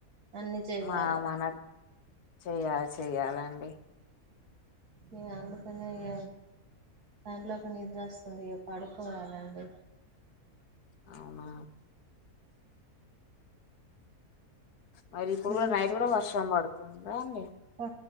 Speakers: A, on the right; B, on the left.
A: అన్ని చెయ్యాలి
B: మా మనకు చెయాలి చెయ్యాలండి
A: ఇ అందుకని ఇగ కంలోకి నిద్ర వస్తుంది ఇ పడుకోవాలండి
B: అవునా మరి ఇప్పుడు
A: మీ
B: కూడా నైట్ కూడా వర్షం పడుతుందా అండి
A: అ